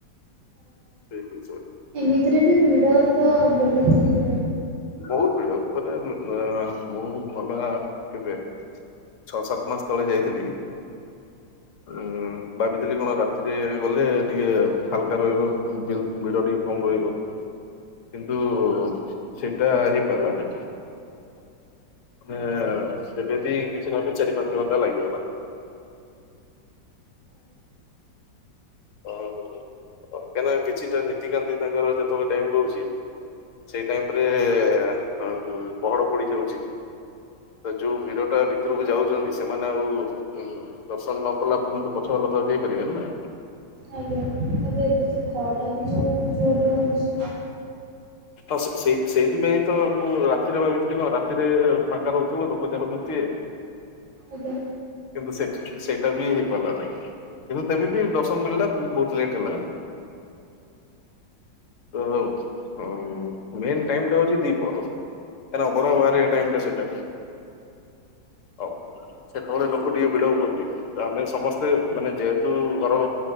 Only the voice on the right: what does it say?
ଏମିତିରେ ବି ଭିଡ଼ ତ ବୋହୁତ ହି <unintelligible>
ଆଜ୍ଞା ତାପରେ ଏବେ ତ ଖରା ବି ଯୋଉ ଜୋରରେ ହୋଉଛି।
ଆଜ୍ଞା।